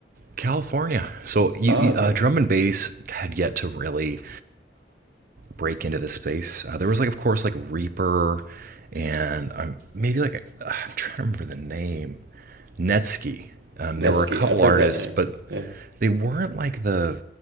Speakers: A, on the right; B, on the right.
A: California. So you,
B: Ah,
A: you-
B: okay,
A: uh, drum and bass had yet to really break into this space. Uh, there was like, of course, like Reaper, and um, maybe like a, uh, I'm trying to remember the name Netsky. Um,
B: Nevsky.
A: there were a couple
B: I've heard
A: artists,
B: that name.
A: but
B: Yeah.
A: they weren't like the